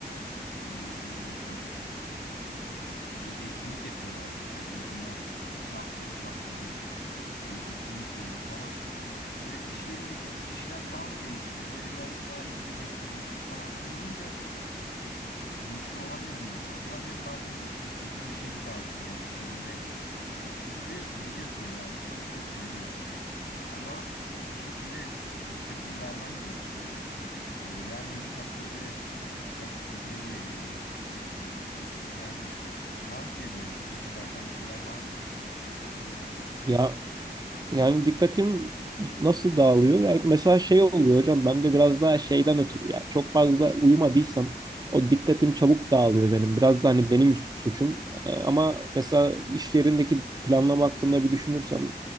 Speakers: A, on the left; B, on the right.
A: Hmm, ne diyecektim? Böyle etkinlik yapıyorlardı yani en azından iki haftada, üç haftada bir bir etkinlik oluyordu falan. Böyle iş yerindeki kişiler falan da değişti. Böyle birazcık daha iyice resmileşti falan. Öyle olunca motive olamıyorum gibi. Acaba diyorum bazen bir- dikkatimi bir şey mi dağıtıyor yani iş yerinde. E, çünkü biliyorsun gidiyorsun oraya abi çalışıyorsun ediyorsun. Ama bir şekilde dikkatini vermen gerekiyor. E, vermediğin takdirde işler sıkıntıya girebiliyor. E, yani var mı senin böyle dikkatini dağıtan bir şeyler var mı? Mesela benim var biraz.
B: Ya Yani dikkatim nasıl dağılıyor? Yani mesela şey oluyor hocam ben de biraz daha şeyden ötürü yani çok fazla uyumadıysam o dikkatim çabuk dağılıyor benim. Biraz da hani benim suçum. Ee, Ama mesela iş yerindeki planlama hakkında bir düşünürsem